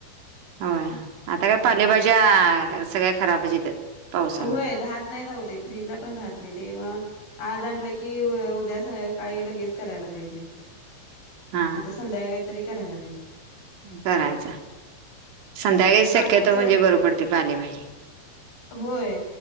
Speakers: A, on the right; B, on the left.
A: होया आता काय
B: ह
A: पालेभाज्या सगळ्या खराबचं येतात. पावसामध्ये
B: होय राहत नाही आहो ते फ्रीजला पण राहत नाही ते मग आज आणलं की कि उद्या स काळी लगेच करायला पाहिजे नाहीत
A: हा
B: संध्याकाळी तरी करायला पाहिजे.
A: करायचा संध्याकाळी
B: ते
A: शक्यत
B: बाकीचं
A: म्हणजे बर पडतंय पाले भाजी
B: होय